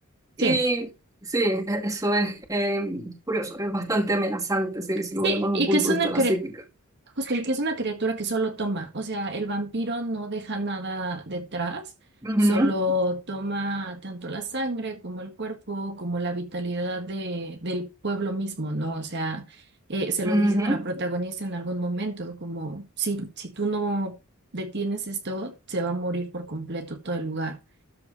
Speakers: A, on the right; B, on the right.
A: sí.
B: Y sí, e- eso es eh, curioso, es bastante amenazante, sí, si
A: Sí,
B: lo vemos desde
A: y
B: un punto
A: que es una,
B: de vista de
A: cre-
B: la psíquica.
A: Justo, y que es una criatura que solo toma, o sea, el vampiro no deja nada detrás,
B: Ujú,
A: solo toma tanto la sangre como el cuerpo, como la vitalidad de, del pueblo mismo, ¿no? O sea, eh, se lo
B: ujú.
A: dicen a la protagonista en algún momento, como si, si tú no detienes esto, se va a morir por completo todo el lugar.